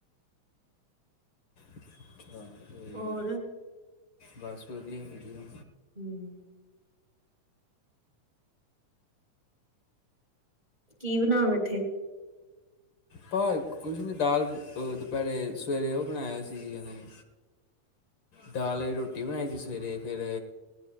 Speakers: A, on the left; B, on the right.
A: ਅੱਛਾ ਤੇ
B: ਹੋਰ
A: ਬਸ ਵਧੀਆ ਵਧੀਆ।
B: ਹਮ। ਕੀ ਬਣਾ ਬੈਠੇ।
A: ਭਾ ਕੁਝ ਨੀ ਦਾਲ ਦੁਪਹਿਰੇ ਸਵੇਰੇ ਉਹ ਬਣਾਇਆ ਸੀ ਇਹਨੇ। ਦਾਲ ਆਲੀ ਰੋਟੀ ਬਣਾਈ ਸੀ ਸਵੇਰੇ। ਫੇਰ